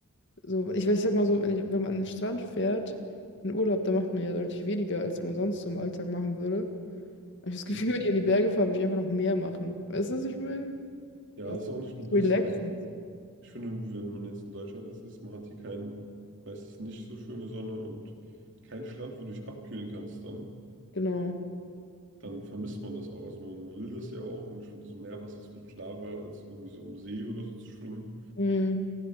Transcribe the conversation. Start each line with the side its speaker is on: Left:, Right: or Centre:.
Left: so, ich, ich sag mal so, wenn ich, wenn man an den Strand fährt, in Urlaub, da macht man ja deutlich weniger, als man sonst so im Alltag machen würde. Aber ich habe das Gefühl,
Right: Mhm.
Left: wenn ich in die Berge fahre, würde ich einfach noch mehr machen. Weißt du, was ich meine?
Right: Ja,
Left: Also,
Right: ist auch nicht nur das.
Left: relaxen,
Right: Also ich finde, wenn man jetzt in Deutschland ist, ist man hat hier kein, meistens nicht so schöne Sonne und keinen Strand, wo du dich abkühlen kannst dann,
Left: genau.
Right: dann vermisst man das auch. Also man will das ja auch und ich finde, so Meerwasser ist viel klarer als irgendwie so im See oder so zu schwimmen.
Left: Mhm.